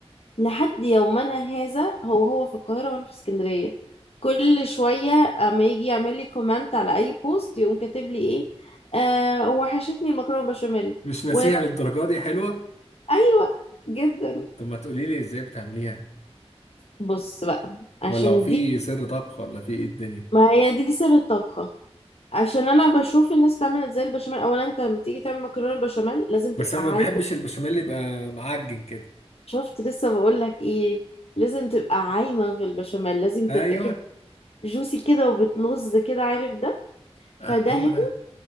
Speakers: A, on the left; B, on the left.
A: لحد يومنا هذا هو هو في القاهرة وانا في اسكندرية كل شوية اما يجي يعمل لي كومنت على اي بوست يقوم كاتب لي ايه آه وحشتني المكرونة بشاميل
B: مش ناسيها
A: و...
B: للدرجه دي حلوه
A: ايوه جدا
B: طب ما تقولي لي ازاي بتعمليها
A: بص بقى عشان
B: ولا هو في
A: دي
B: سر طبخ ولا في ايه الدنيا
A: ما هي دي سر الطبخة عشان انا بشوف الناس تعمل ازاي البشاميل اولا انت لما تيجي تعمل مكرونة بشاميل لازم
B: بس
A: تبقى
B: انا
A: عايمة
B: ما بحبش البشاميل اللي يبقى معجن كده
A: شفت لسه بقول لك ايه لازم تبقى عايمة في البشاميل لازم
B: ايوه
A: تبقى كده جوسي كده وبتلز كده عارف ده
B: آه،
A: فده
B: هو
A: هنا
B: ده